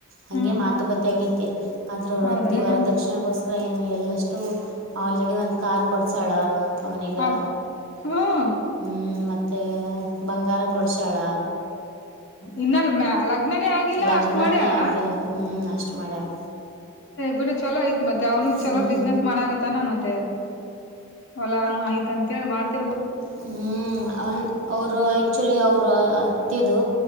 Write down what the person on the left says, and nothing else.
ಹ್ಮ್
ಹೌದನ
ಹ್ಮ್
ಅಬ ಹ್ಮ್
ಇನ್ನಲ್ ಅ ಲಗ್ನ ಲಗ್ನನೇ ಆಗಿಲ್ಲ
ಅಷ್ಟ ಮಾಡ್ಯಾಳ
ಬಿ ಚಲೋ ಆಯ್ತು ಮತ್ತೆ ಅವ್ನು
ಚಲೋ ಬಿಜಿನೆಸ್ ಮಾಡಕತ್ತಾನ ಮತ್ತೆ ಮತ್ತೆ ಹೊಲಾನು ಆಯ್ತ ಅಂತೇಳಿ ಮಾಡ್ತಿರ್ಬ